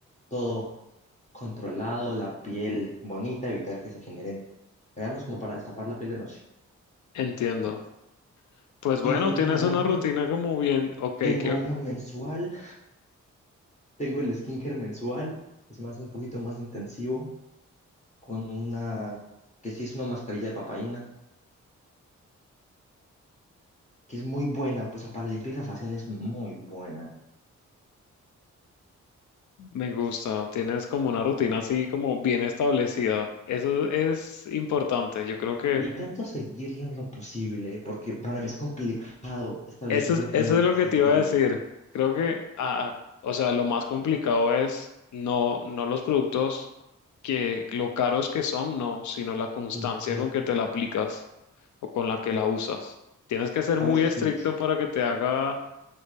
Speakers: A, on the left (about 20°); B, on the left (about 65°).
A: todo controlado, la piel bonita, evitar que se generen granos, como para destapar la piel de noche.
B: Entiendo. Pues
A: Y
B: bueno,
A: de ahí
B: tienes
A: para adelante,
B: una rutina como bien, ok,
A: tengo
B: que
A: una mensual, tengo el skincare mensual, es más, un poquito más intensivo, con una, que sí es una mascarilla de papaína que es muy buena, pues para limpieza facial es muy buena.
B: me gusta, tienes como una rutina así como bien establecida. Eso es importante. Yo creo que
A: Y Intento seguirla en lo posible, porque para mí es complicado establecer
B: Eso es,
A: rutinas
B: eso es lo
A: y
B: que
A: seguirlas.
B: te iba a decir. Creo que, ah, o sea, lo más complicado es no, no los productos que lo caros que son, no, sino la constancia
A: Y- y
B: con que te la aplicas o con la que la usas. Tienes que ser
A: a
B: muy
A: veces
B: estricto
A: lucho,
B: para que te haga,